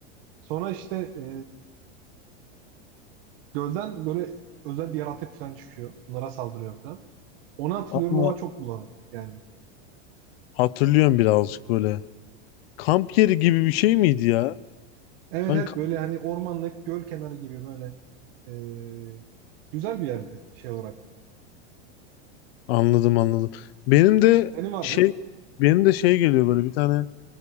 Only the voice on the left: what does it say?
Ama
hatırlıyorum birazcık böyle. Kamp yeri gibi bir şey miydi ya?
Ben
kamp-
anladım anladım. Benim de
şey
benim de şey geliyor böyle bir tane